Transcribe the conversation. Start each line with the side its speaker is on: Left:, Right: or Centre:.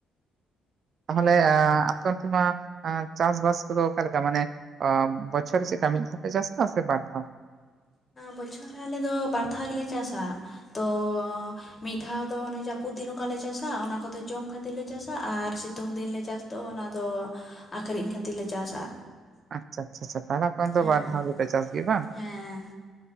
Right: ᱛᱟᱦᱚᱞᱮ ᱟᱯᱮᱛᱮ ᱢᱟ ᱪᱟᱥᱵᱟᱥ ᱠᱚᱫᱚ ᱚᱠᱟᱞᱮᱠᱟ ᱢᱟᱱᱮ ᱵᱚᱪᱷᱚᱨ ᱨᱮ ᱪᱮᱫ ᱞᱮᱠᱟ ᱢᱤᱫ ᱫᱷᱟᱣ ᱯᱮ ᱪᱟᱥᱟ ᱥᱮ ᱵᱟᱨ ᱫᱷᱟᱣ?
Left: ᱵᱚᱪᱷᱚᱨ ᱨᱮ ᱟᱞᱮ ᱫᱚ ᱵᱟᱨ ᱫᱷᱟᱣ ᱜᱮᱞᱮ ᱪᱟᱥᱟ᱾ ᱛᱚ ᱢᱤᱫ ᱫᱷᱟᱣ ᱫᱚ ᱚᱱᱮ ᱡᱟᱹᱯᱩᱫ ᱫᱤᱱ ᱚᱠᱟᱞᱮ ᱪᱟᱥᱟ ᱚᱱᱟ ᱠᱚᱫᱚ ᱡᱚᱢ ᱠᱷᱟᱹᱛᱤᱨ ᱞᱮ ᱪᱟᱥᱟ ᱟᱨ ᱥᱤᱛᱩᱝ ᱫᱤᱱᱞᱮ ᱪᱟᱥᱟ ᱛᱚ ᱚᱱᱟᱫᱚ ᱟᱠᱷᱨᱤᱧ ᱠᱷᱟᱹᱛᱤᱨ ᱞᱮ ᱪᱟᱥᱟ᱾
Right: ᱟᱪᱪᱷᱟ ᱟᱪᱪᱷᱟ ᱟᱪᱪᱷᱟ ᱛᱟᱦᱮ ᱠᱷᱚᱱ ᱛᱚ
Left: ᱦᱮᱸ
Right: ᱵᱟᱨ ᱫᱷᱟᱣ ᱜᱮᱯᱮ ᱪᱟᱥ ᱜᱮ ᱵᱟᱝ
Left: ᱦᱮᱸ